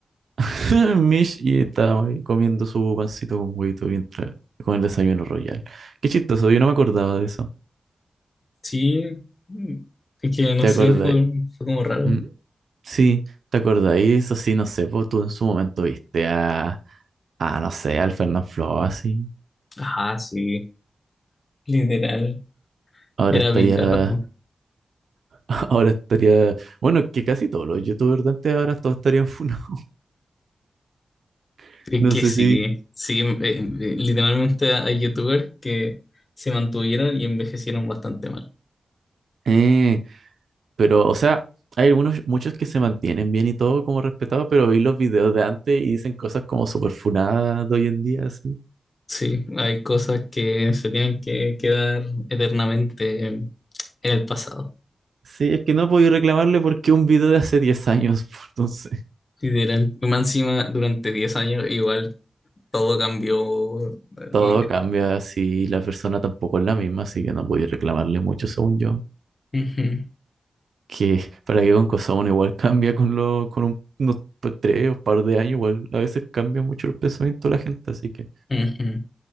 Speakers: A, on the right; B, on the left.
A: <laughs> Mish y estaba ahí comiendo su pancito con huevito mientras con el desayuno royal. Qué chistoso, yo no me acordaba de eso.
B: sí, mm, es que no
A: ¿Te
B: sé,
A: acordáis?
B: fue, fue como raro.
A: Mm, sí, ¿te acordáis? Eso sí, no sé, pues tú en su momento viste a, a no sé, al Fernán Flo así.
B: Ajá, sí, literal,
A: Ahora
B: era
A: estaría
B: Bicardo.
A: <laughs> Ahora estaría. Bueno, que casi todos los youtubers de antes ahora todos estarían funados. <laughs>
B: Es
A: No
B: que
A: sé
B: sí,
A: si.
B: sí, eh, eh, literalmente hay youtubers que se mantuvieron y envejecieron bastante mal.
A: Eh, pero, o sea, hay algunos, muchos que se mantienen bien y todo como respetados, pero veis los videos de antes y dicen cosas como súper funadas de hoy en día, así.
B: Sí, hay cosas que se tienen que quedar eternamente en el pasado.
A: Sí, es que no podía reclamarle porque un video de hace 10 años, <laughs> pues, entonces.
B: Literal, Y más encima durante 10 años igual Todo cambió,
A: Todo
B: literal.
A: cambia si la persona tampoco es la misma, así que no podía reclamarle mucho, según yo.
B: Ujú,
A: que para que con cosa uno igual cambia con lo con un- unos pues, tres o par de años, igual a veces cambia mucho el pensamiento de la gente, así que
B: ujú.